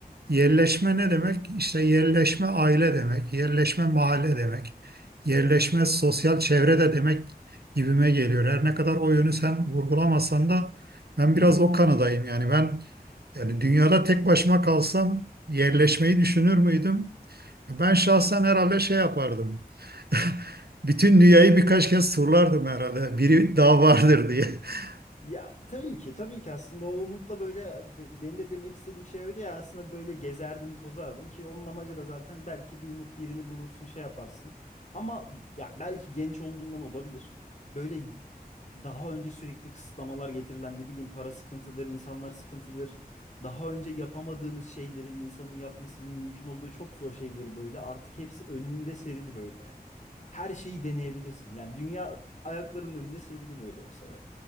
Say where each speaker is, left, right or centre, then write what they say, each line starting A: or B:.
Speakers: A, on the right; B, on the left.
A: yerleşme ne demek? İşte yerleşme aile demek, yerleşme mahalle demek, yerleşme sosyal çevre de demek gibime geliyor. Her ne kadar o yönü sen vurgulamasan da ben
B: Hı
A: biraz
B: hı.
A: o kanadayım yani ben yani dünyada tek başıma kalsam yerleşmeyi düşünür müydüm? Ben şahsen herhalde şey yapardım. <laughs> Bütün dünyayı birkaç kez turlardım herhalde. Biri daha vardır diye. <laughs>
B: Ya tabii ki tabii ki aslında o umutla böyle be- benim de demek istediğim şey öyle ya aslında böyle gezerdim tozardım ki onun amacı da zaten belki bir umut birini bulursun şey yaparsın ama ya belki genç olduğumdan olabilir böyle y- daha önce sürekli kısıtlamalar getirilen ne bileyim para sıkıntıdır insanlar sıkıntıdır daha önce yapamadığımız şeyleri bir insanın yapmasının mümkün olduğu çok zor şeyleri böyle artık hepsi önünde serili böyle yani her şeyi deneyebilirsin yani dünya ayaklarının önünde serili böyle mesela.